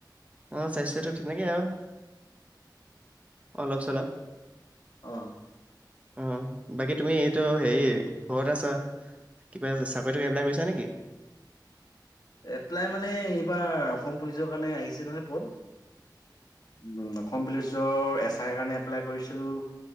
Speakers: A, on the right (about 15°); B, on the left (about 60°).
A: অ' স্বাস্থ্যটো তেনেকে আৰু। অলপ-চলপ।
B: অঁ।
A: অ' বাকী তুমি এইটো হেৰি ঘৰত আছা কিবা চাকৰি-টাকৰি এপ্লাই কৰিছা নেকি?
B: এপ্লাই মানে এইবাৰ অসম পুলিচৰ কাৰণে আহিছে নহয় পদ। উম, অসম পুলিচ। নিজৰ এছ আই ৰ কাৰণে এপ্লাই কৰিছোঁ।